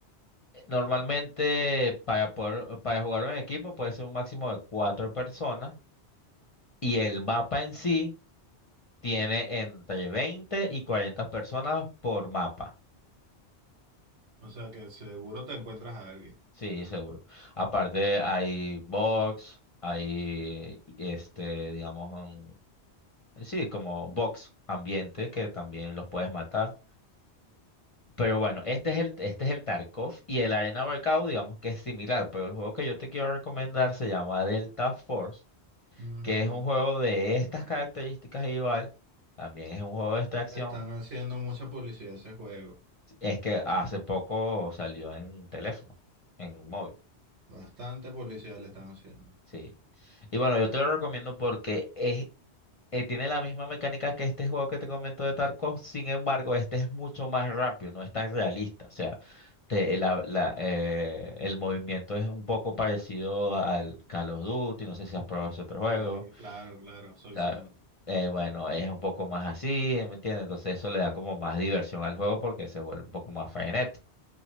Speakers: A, on the left (about 35°); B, on the right (about 80°).
A: normalmente para poder, para jugarlo en equipo puede ser un máximo de cuatro personas y el mapa en sí tiene entre 20 y 40 personas por mapa.
B: O sea que seguro te encuentras a alguien.
A: Sí, seguro. Aparte hay box, hay este, digamos, un- sí, como box ambiente que también los puedes matar. Pero bueno, este es el, este es el Tarkov y el Arena Breakout, digamos que es similar, pero el juego que yo te quiero recomendar se llama Delta Force,
B: Ujú.
A: que es un juego de estas características igual, también es un juego de extracción,
B: Le están haciendo mucha publicidad a ese juego.
A: es que hace poco salió en teléfono, en móvil.
B: Bastante publicidad le están haciendo.
A: Sí. Y bueno, yo te lo recomiendo porque es, eh, tiene la misma mecánica que este juego que te comento de Tarkov, sin embargo, este es mucho más rápido, no es tan realista. O sea, te- la- la, eh, el movimiento es un poco parecido al Call of Duty, no sé si has probado ese otro juego.
B: Eh, claro, claro, soy
A: Claro.
B: fan.
A: Eh, bueno, es un poco más así, ¿me entiendes? Entonces eso le da como más diversión al juego porque se vuelve un poco más frenético.